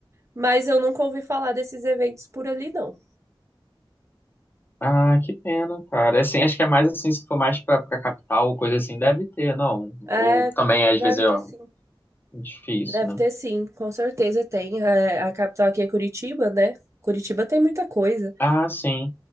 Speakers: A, on the right (about 30°); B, on the left (about 20°).
A: mas eu nunca ouvi falar desses eventos por ali, não.
B: Ah, que pena, cara. É Assim, acho que é mais assim, se for mais pra, pra capital, coisa assim, deve ter, não.
A: É,
B: Ou também, às
A: deve
B: vezes, é
A: ter sim.
B: difícil,
A: Deve
B: né?
A: ter sim, com certeza tem. É, A, capital aqui é Curitiba, né? Curitiba tem muita coisa.
B: Ah, sim.